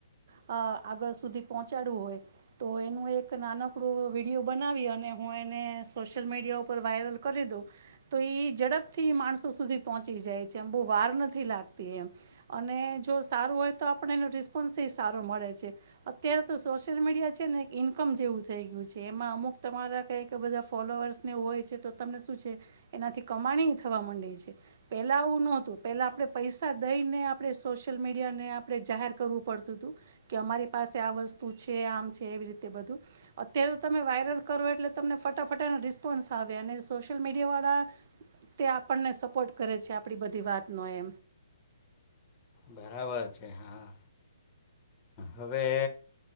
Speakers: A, on the right; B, on the left.
A: આગળ સુધી પહોંચાડવું હોય તો એનું એક નાનકડો વિડીયો બનાવી અને અને હું એને સોશિયલ મીડિયા ઉપર વાયરલ કરી દઉં, તો એ ઝડપથી માણસો સુધી પહોંચી જાય છે એમ બહુ વાર નથી લાગતી એમ, અને જો સારું હોય તો આપણ એનો રિસ્પોન્સ એ સારો મળે છે, અત્યારે તો સોશિયલ મીડિયા છે ને એક ઇન્કમ જેવું થઈ ગયું છે. એમાં અમુક તમારા કઈક બધા ફોલોઅર્સને હોય છે તો તમને શું છે, એનાથી કમાણી થવા માંડે છે. પહેલા આવું ન હોતું પહેલા આપણે પૈસા દઈને આપણે સોશિયલ મીડિયાને આપણે જાહેર કરવું પડતું હતું, કે અમારી પાસે આ વસ્તુ છે આમ છે એવી રીતે બધું, અત્યારે તો તમે વાયરલ કરવું એટલે તમને ફટાફટ એનો રિસ્પોન્સ આવે અને સોશિયલ મીડિયા વાળા, તે આપને સપોર્ટ કરે છે આપડી બધી વાતને
B: બરાબર છે હા. હવે